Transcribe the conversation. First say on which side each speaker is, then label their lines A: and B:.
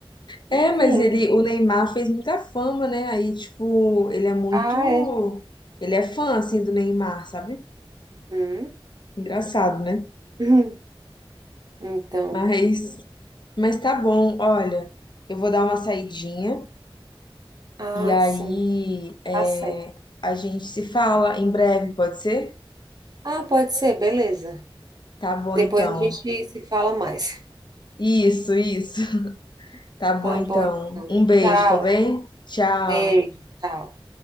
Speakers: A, on the right (about 45°); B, on the left (about 55°).
A: Enfim.
B: É, mas ele, o Neymar fez muita fama, né? Aí, tipo, ele é muito.
A: Ah, é.
B: Ele é fã, assim, do Neymar, sabe?
A: Uhum. <laughs>
B: Engraçado, né?
A: Uhum. Então.
B: Mas, mas tá bom, olha, eu vou dar uma saidinha
A: Ah,
B: e aí
A: sim.
B: é,
A: Tá certo.
B: a gente se fala em breve, pode ser?
A: Ah, pode ser, beleza.
B: Tá bom,
A: Depois
B: então.
A: a gente se fala mais.
B: Isso, isso. Tá bom
A: Tá
B: então.
A: bom, então.
B: Um beijo,
A: Tchau.
B: tá bem? Tchau.
A: Beijo. Tchau.